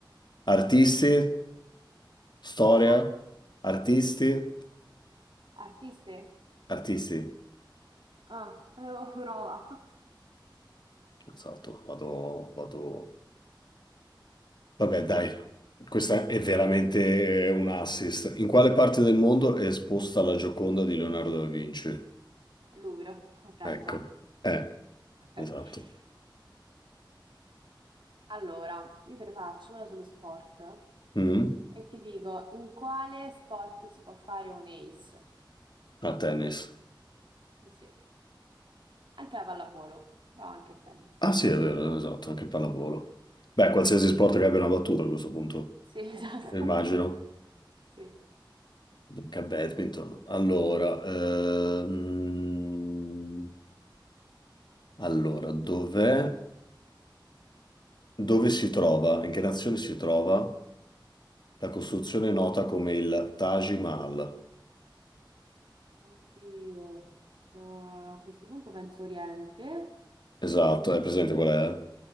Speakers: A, on the left; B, on the right.
A: artisti, storia,
B: Cosa?
A: artisti,
B: Artiste?
A: artisti.
B: Ah, eh, prova.
A: Esatto, vado, vado. Vabbè, dai, questa è veramente un assist. In quale parte del mondo è esposta la Gioconda di Leonardo da Vinci?
B: <laughs> Louvre, Francia.
A: Ecco, eh,
B: <laughs>
A: esatto.
B: Allora, io te ne faccio una sullo sport
A: Mhm.
B: e ti dico in quale sport si può fare un ace?
A: A tennis.
B: Sì, anche la pallavolo, però anche il tennis.
A: Ah, sì, è vero, esatto, anche pallavolo. Beh, qualsiasi sport che abbia una battuta a questo punto,
B: Sì, <laughs> esatto.
A: immagino.
B: Sì.
A: Dunque, badminton. Allora, ehm, allora, dov'è, dove si trova, in che nazione si trova la costruzione nota come il Taj Mahal?
B: Oddio. Eh, a questo punto penso Oriente.
A: Esatto, è presente
B: Eh,
A: qual è?